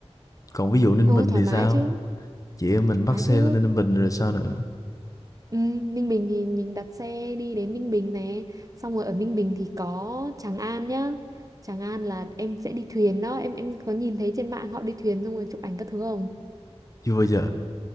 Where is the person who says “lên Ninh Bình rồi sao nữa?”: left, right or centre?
Left